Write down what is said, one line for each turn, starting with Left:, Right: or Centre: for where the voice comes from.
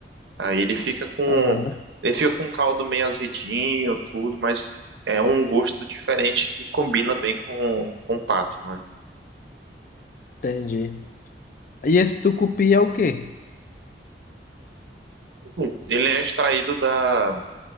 Right: Aí ele fica com
Left: Aham.
Right: ele fica com um caldo meio azedinho, tudo, mas é um gosto diferente que combina bem com, com o pato, né?
Left: Entendi. E esse tucupi é o quê?
Right: Hum. Ele é extraído da,